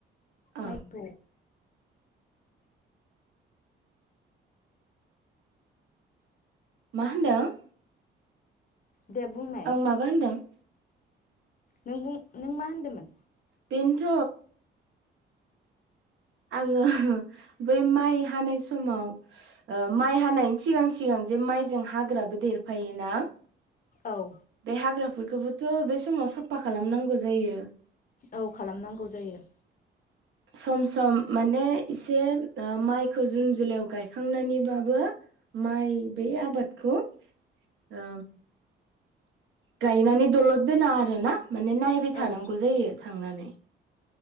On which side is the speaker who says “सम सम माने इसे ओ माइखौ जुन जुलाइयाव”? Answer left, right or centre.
Right